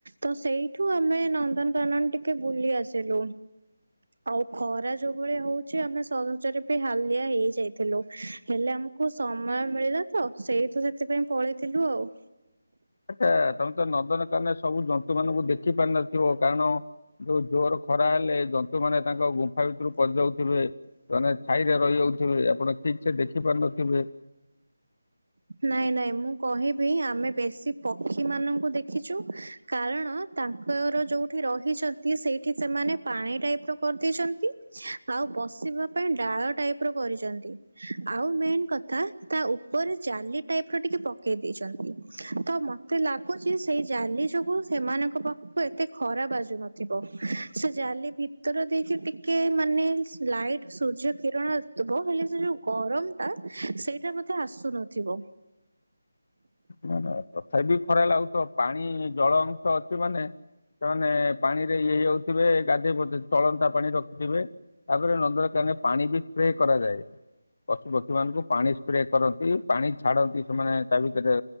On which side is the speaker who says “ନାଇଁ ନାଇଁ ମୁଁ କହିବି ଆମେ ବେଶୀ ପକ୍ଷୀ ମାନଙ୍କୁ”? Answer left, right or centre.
Right